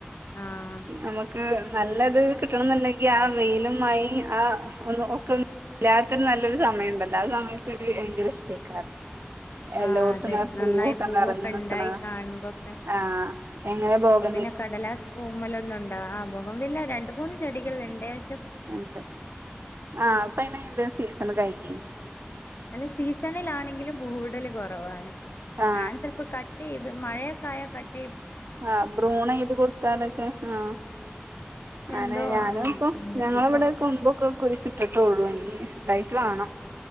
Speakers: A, on the left; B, on the right.
A: ആഹ്
B: നമുക്ക് നല്ലത് കിട്ടണന്ന്ണ്ടെങ്കി ആ വെയിലും മയീം ആഹ് ഒന്ന് ഒക്ക ഇല്ലാത്തിനും നല്ലൊരു സമയണ്ടല്ലോ ആ സമയത്തൊക്കെ ഭയങ്കര ഇഷ്ടയ്ക്കാരം
A: ആഹ്
B: എല്ലോട്ത്തും
A: അതെ
B: ഇങ്ങനെ
A: നന്നായി
B: പൂവൊക്കെ നിറഞ്ഞു ന്ക്കണ
A: ഉണ്ടായി കാണുമ്പോക്കെ
B: ആഹ് എങ്ങനെ പോക
A: അപ്പൊ പിന്നെ കടലാസ് പൂവ്മ്മലൊന്നും ണ്ടാവും ആഹ് ബോകംവില്ല രണ്ട് മൂന്ന് ചെടികൾ ഇണ്ട് ഷേ
B: ഇണ്ട് ആഹ് ഇപ്പയ്ന് ഈന്റെ സീസൺ കയിഞ്ഞ്
A: അല്ല സീസണിലാണെങ്കിലും പൂവിടല് കൊറവാണ്
B: ആ
A: ഞാൻ ചെലപ്പോ കട്ട് ചെയ്ത് മഴ <inaudible>
B: ആഹ് ബ്രൂണെയ്ത് കൊടുത്താലൊക്കെ ആഹ് അങ്ങനെ
A: എന്തോ
B: ഞാനും
A: ആഹ്
B: ഇപ്പം ഞങ്ങള
A: ചെലപ്പോ
B: ഇവിടെ കൊമ്പൊക്കെ കുയിച്ചിട്ടിട്ടൊള്ളൂ ഇനി വാണം